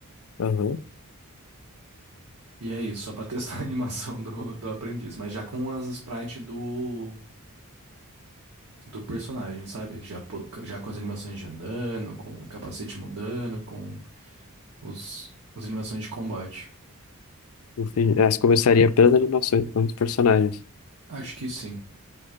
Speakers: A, on the left; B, on the right.
A: Aham.
B: E é isso, só pra testar a <laughs> animação do, do aprendiz. Mas já com as sprites do, do personagem, sabe? Já, po- já com as animações de andando, com o capacete mudando, com os, as animações de combate.
A: Entendi. Ah, você começaria pelas animações, não os personagens.
B: Acho que sim.